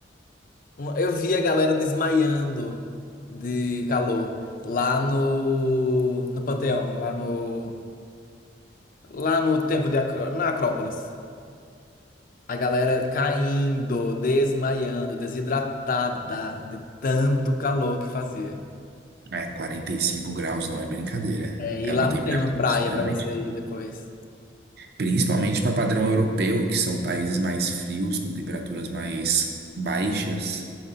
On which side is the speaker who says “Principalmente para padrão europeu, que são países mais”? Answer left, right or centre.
Right